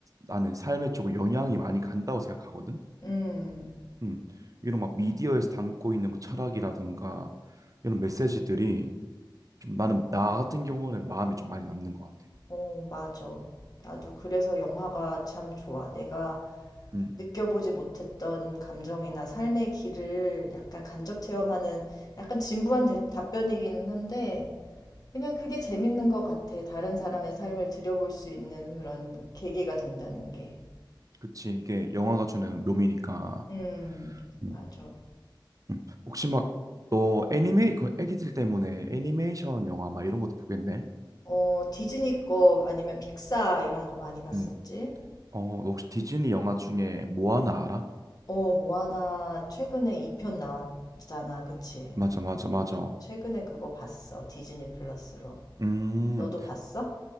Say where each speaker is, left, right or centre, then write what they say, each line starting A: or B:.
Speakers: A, on the right (about 45°); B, on the left (about 50°).
A: 나는 삶에 조금 영향이 많이 간다고 생각하거든.
B: 음.
A: 음, 이런 막 미디어에서 담고 있는 뭐 철학이라든가 이런 메시지들이 좀 나는 나 같은 경우는 마음에 좀 많이 남는 것 같아.
B: 어, 맞아. 나도 그래서 영화가 참 좋아. 내가
A: 음,
B: 느껴보지 못했던 감정이나 삶의 길을 약간 간접 체험하는 약간 진부한 대- 답변이기는 한데, 그냥 그게 재밌는 것 같아. 다른 사람의 삶을 들여볼 수 있는 그런 계기가 된다는 게.
A: 그치. 이게 영화가 주는 묘미니까.
B: 음,
A: 음.
B: 맞아.
A: 음, 혹시 막 너 애니메이 그 애기들 때문에 애니메이션 영화 막 이런 것도 보겠네.
B: 어, 디즈니 거 아니면 픽사 이런 거 많이 봤었지?
A: 음, 어, 너 혹시 디즈니 영화 중에 모아나 알아?
B: 어, 모아나 최근에 2편 나왔잖아. 그치?
A: 맞아, 맞아, 맞아.
B: 최근에 그거 봤어. 디즈니 플러스로.
A: 음,
B: 너도 봤어?